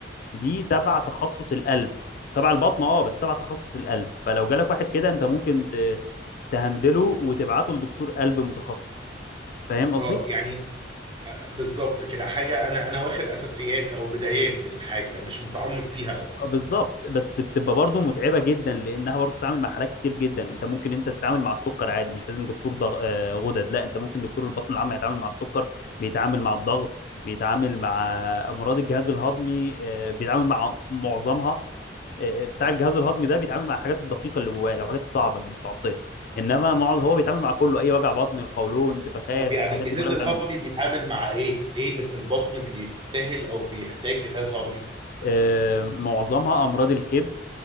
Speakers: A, on the left (about 50°); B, on the right (about 25°).
A: دي تبع تخصص القلب تبع البطنه اه بس تبع تخصص القلب فلو جالك واحد كده انت ممكن ت- تهندله وتبعته لدكتور قلب متخصص فاهم قصدي
B: اه يعني آه، بالظبط كده حاجة انا انا واخد اساسيات او بدايات الحاجة مش متعمق فيها قوي
A: آه، بالظبط بس بتبقى برضه متعبه جدا لانها برضه بتتعامل مع حالات كتير جدا انت ممكن انت تتعامل مع السكر عادي مش لازم دكتور ضغ... آه، غدد لا انت ممكن دكتور البطن العام يتعامل مع السكر بيتعامل مع الضغط بيتعامل مع امراض الجهاز الهضمي آه، بيتعامل مع معظمها آه، آه، بتاع الجهاز الهضمي ده بيتعامل مع الحاجات الدقيقه اللي جواه الحاجات الصعبه المستعصيه انما معظ- هو بيتعامل مع كله اي وجع بطن القولون انتفاخات
B: طب يعني
A: الحاجات
B: جهاز
A: دي كلها بيتعامل
B: الهضمي بيتعامل مع ايه؟ ايه اللي في البطن بيستاهل او بيحتاج جهاز هضمي؟
A: آه، معظمها امراض الكبد